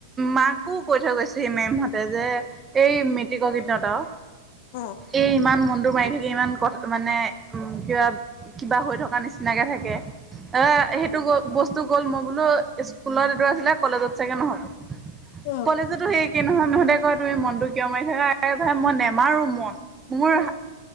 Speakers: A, on the right; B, on the left.
A: মাকো কৈ থৈ গৈছেহি মেমহতে যে এই মেট্ৰিকৰ কেইদিনত আৰু
B: অ
A: এই ইমান মনটো মাৰি থাকি ইমান ক মানে উ কিবা, কিবা হৈ থকা নিচিনাকে থাকে। অ', সেইটো বস্তু গ'ল মই বোলো স্কুলত এ আছিলে কলেজত চাগে নহ'ব
B: উম
A: কলেজতো সেই কি নহয় নহঁতে কয় তুমি মনতটো কিয় মাৰি থাকা ভাই মই নেমাৰো মন মোৰ
B: উম